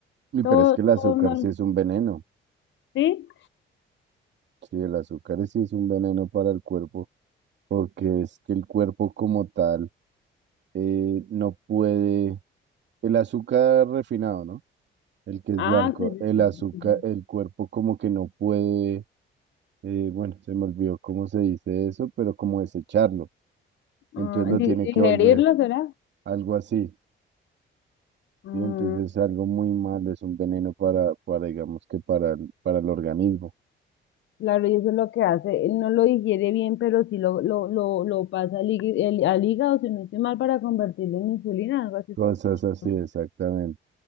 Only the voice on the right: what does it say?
Y
pero es que el azúcar
sí es un veneno,
sí, el azúcar sí es un veneno para el cuerpo. porque es que el cuerpo como tal eh, no puede, el azúcar refinado, ¿no? El que es
blanco,
el
azúcar,
el cuerpo como que no puede, eh, bueno, se me olvidó cómo se dice eso, pero como desecharlo, entonces
lo
tiene
que volver,
algo así,
y entonces es algo muy malo, es un veneno para, para digamos que para, el- para el organismo.
Cosas
así, exactamente.